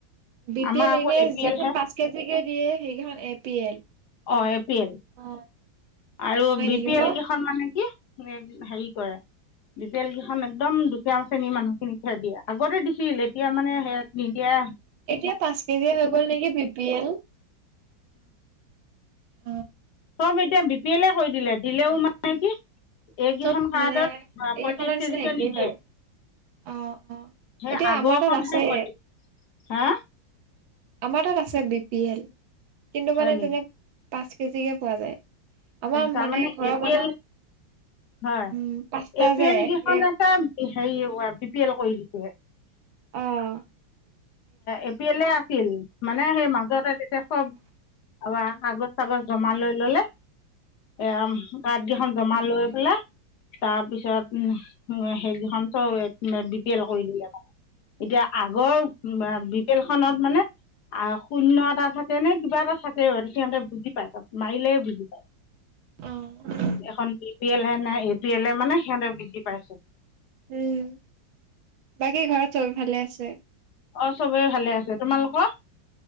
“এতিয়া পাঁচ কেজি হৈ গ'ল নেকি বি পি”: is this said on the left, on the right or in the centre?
Right